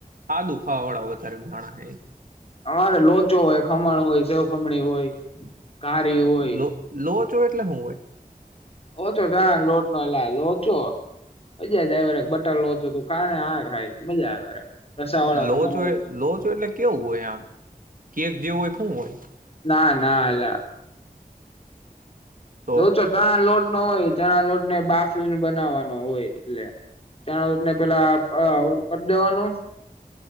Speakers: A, on the right; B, on the left.
A: સાાદું ખાવા વાળા વધારે માણસ.
B: અરે લોચો હોય, ખમણ હોય, સેવખમણી હોય ઘારી હોય
A: લો લોટ એટલે હું હોય?
B: ઓ તો તા લોટ એલા લોચો, મજા જ વા બટર લોચો તું ખા ને આ ખાય મજા આવે રસા વાળા
A: લો
B: ખમણ
A: જો લો જો એટલે કેવું હોય આમ. કે જે હોય શું હોય?
B: ના ના એલા.
A: તો
B: લોચો ચણા લોટ નો હોય ચણા લોટ ને બાફને બનાવવાનો હોય એટલે ચણા લોટને પેલા ઓળું કરી દેવાનું